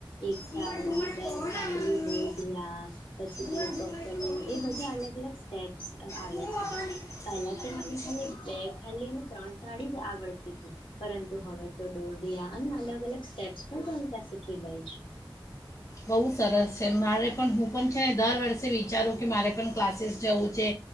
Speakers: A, on the left; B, on the left.
A: એક
B: ઘુમટ
A: તાળી,
B: ઘુમટ
A: બે
B: કોણ આવવાનું
A: તાળી દોઢિયા
B: હે?
A: પછી,
B: ઘુમટ
A: પેલું
B: ઘુમટ
A: પપળિયું
B: કોણ આવવાનું?
A: એ બધા અલગ-અલગ સ્ટેપ્સ આવે
B: હું
A: છે.
B: આવવાની
A: પહેલા તો
B: ઈચ્છા
A: મને ખાલી
B: છે.
A: બે ખાલી અને ત્રણ તાળી જ આવડતી હતી, પરંતુ હવે તો દોઢિયા અને અલગ-અલગ સ્ટેપ્સ પણ રમતા શીખી ગઈ છું.
B: બહુ સરસ છે. મારે પણ હું પણ છે ને દર વર્ષે વિચારું કે, મારે પણ ક્લાસીસ જવું છે.